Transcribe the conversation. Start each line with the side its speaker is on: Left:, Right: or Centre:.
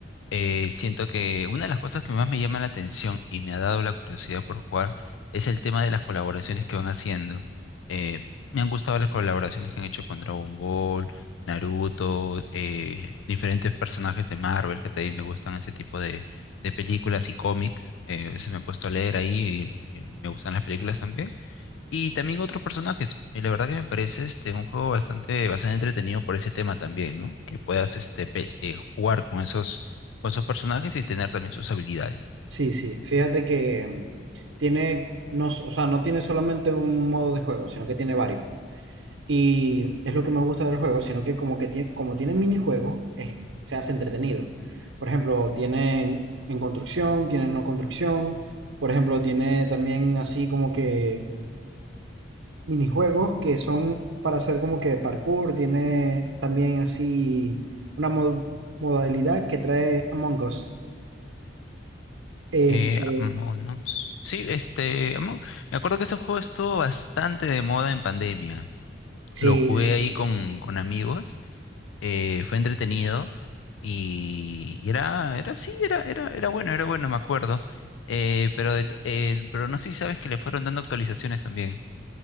Left: eh, siento que una de las cosas que más me llama la atención y me ha dado la curiosidad por jugar es el tema de las colaboraciones que van haciendo. Eh, me han gustado las colaboraciones que han hecho con Dragon Ball, Naruto, eh, diferentes personajes de Marvel que también me gustan ese tipo de, de películas y cómics. Eh, a veces me he puesto a leer ahí y y me gustan las películas también. Y también otros personajes. Y la verdad que me parece este un juego bastante, bastante entretenido por ese tema también, ¿no? Que puedas este pe- eh, jugar con esos, con esos personajes y tener también sus habilidades.
Right: Sí, sí, fíjate que mm, tiene, no, s- o sea, no tiene solamente un modo de juego, sino que tiene varios. Y es lo que me gusta del juego, sino que como que tiene, como tiene minijuegos, es- se hace entretenido. Por ejemplo, tienen en construcción, tienen no construcción. Por ejemplo, tiene también así como que minijuegos que son para hacer como que parkour. Tiene también así una mo- modalidad que trae Among Us. Este,
Left: Eh, Among Us. Sí, este, Among- me acuerdo que ese juego estuvo bastante de moda en pandemia.
Right: sí,
Left: Lo jugué
Right: sí.
Left: ahí
Right: sí.
Left: con, con amigos, eh, fue entretenido y era, era, sí, era, era, era bueno, era bueno, me acuerdo. Eh, pero, de to- eh, pero no sé si sabes que le fueron dando actualizaciones también.